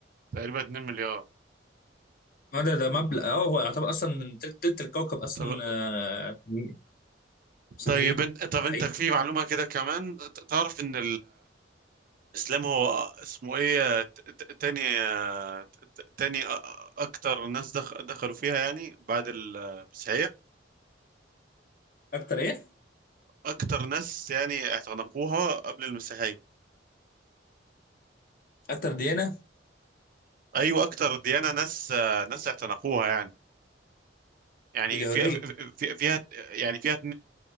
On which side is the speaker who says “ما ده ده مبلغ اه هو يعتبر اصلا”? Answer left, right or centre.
Left